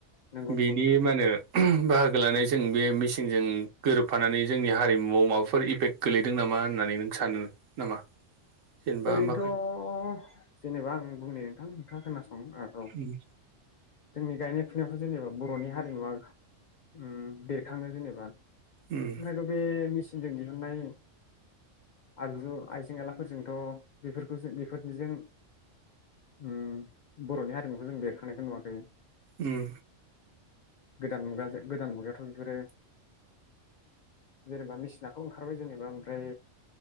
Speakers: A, on the left (about 60°); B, on the right (about 80°).
A: नंगौ
B: बिनि
A: नंगौ नोंथां
B: मा होनो बाहागो लानाय जों बे मेचिनजों गोरोबफानानै जोंनि हारिमुवाव माबा फोर इफेक्ट गोलैदों नामा होननानै नों सानो नामा जेनेबा
A: ओरैनोथ'
B: माखा
A: जेनेबा आं बुंनि नोंथां नोंथाङा खोनासं औ
B: उम
A: जोंनि गायनाय फुनायखौ जेनेबा बर'नि हारिमुवा उम बेरखाङो जेनेबा ओमफ्रायथ'
B: उम
A: बे मेचिनजों दिहुननाय आगजु आइजें आयलाफोरजों द' बेफोरखौ जों बेफोरनिजों उम बर'नि हारिमुखौ जों बेरखानायखौ नुवाखै
B: उम
A: गोदान मुगाजों गोदान मुगायाथ' बेफोरो जेनेबा मेचिनाथ' ओंखारबाय जेनेबा ओमफ्राय